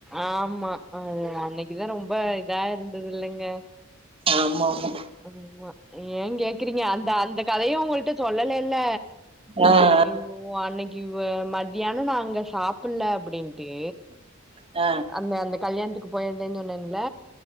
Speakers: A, in the centre; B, on the right.
A: ஆம்மா அது அன்னைக்குதா ரொம்ப இதா இருந்தது இல்லங்க
B: ஆம்மா ஆம்மா
A: ஆம்மா ஏ கேக்குறீங்க அந்த அந்த கதய உங்ககிட்ட சொல்ல லேல்ல
B: ஆமா ஆமா ஆ
A: இ ஒ அன்னைக்கு இவ மத்தியானொ நா அங்க சாப்புல்ல அப்புடின்ட்டு
B: ஆ
A: அந்த அந்த கல்யாணத்துக்கு போயிருந்தேன்னு சொன்னேன்ல